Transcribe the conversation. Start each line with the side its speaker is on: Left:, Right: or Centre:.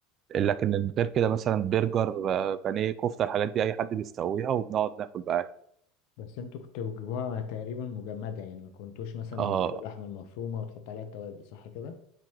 Right: لكن غير كده مثلا برجر آه، بانيه كفته الحاجات دي اي حد بيسويها وبنقعد ناكل بقى
Left: بس انتوا كنتوا بتجيبوها تقريبا مجمدة يعني ما كنتوش مثلا
Right: اه
Left: بيجيبوا اللحمة المفرومة وتحط عليها التوابل صح كده